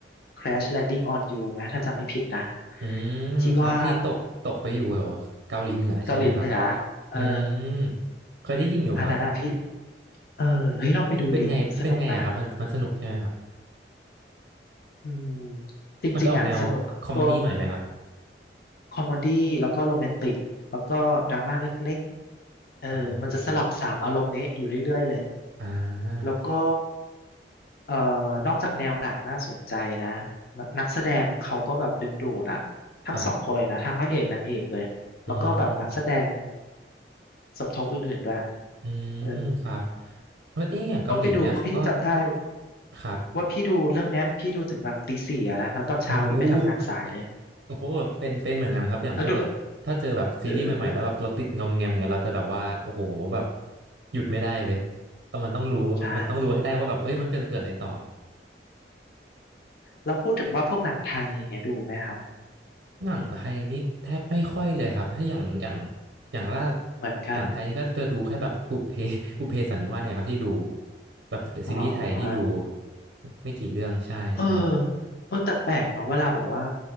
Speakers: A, on the left; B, on the right.
A: Crash Landing on You ไหมถ้าจำไม่ผิดนะ
B: อืมครับที่ตกตกไปอยู่เหรอเกาหลีเหนือใช่ไหมครับ
A: ที่ว่าเกาหลีเหนือ่เออ
B: อืมเคยได้ยินอยู่ครับ
A: อันนั้นอะพี่เออเฮ้ยลองไปดูดิสนุกนะ
B: เป็นไงเป็นไงอะครับมันมันสนุกใช่ไหมครับ
A: อืมจริงๆอ่ะสนุกตัว
B: มันจะออกแนวคอมเมดี้หน่อยไหมครับ
A: คอมเมดี้แล้วก็โรแมนติกแล้วก็ดราม่าเล็กๆเออมันจะสลับสามอารมณ์นี้อยู่เรื่อยๆเลย
B: อืมอ่า
A: แล้วก็เอ่อนอกจากแนวหนังน่าสนใจนะนนักแสดงเขาก็แบบดึงดูดอะทั้งสองคนเลยนะทั้งพระเอกนางเอกเลยแล้วก็แบบนักแสดง
B: ครับอืม
A: สมทบอื่นๆด้วย
B: อืมครับ
A: เออ
B: เพราะนี่อย่างเกาหลีเนี่ยเขาก็
A: ต้องไปดูเพราะพี่จำได้
B: ครับ
A: ว่าพี่ดูเรื่องเนี้ยพี่ดูถึงแบบตีสี่อะนะแล้วตอนเช้าพี่ไปทำงานสายเลย
B: โอ้โหโอ้โหเป็นเป็นเหมือนกันครับอย่างเช่นแบบถ้าเจอแบบซีรีส์ใหม่ๆแล้วแบบเราติดงอมแงมอย่างเงี้ยเราจะแบบว่าโอ้โหแบบ
A: แล้วดูเออ
B: หยุดไม่ได้เลยต้องมันต้องรู้มันต้องรู้ให้ได้ว่าแบบเอ้ยมันเกิดจะเกิดอะไรต่อ
A: ใช่ แล้วพูดถึงว่าพวกหนังไทยอย่างเงี้ยดูไหมครับ
B: หนังไทยนี่แทบไม่ค่อยเลยครับถ้าอย่างอย่างอย่างล่า
A: เหมือนดูกัน
B: หนังไทยก็จะดูแค่แบบบุพเพ <laughs> บุพเพสันนิวาสเนี่ยครับที่ดูแบบซีรีส์ไทยที่ดู
A: อ๋อ
B: ไม่กี่เรื่องใช่ใช่
A: เออเออแต่แปลกเนาะเวลาแบบว่า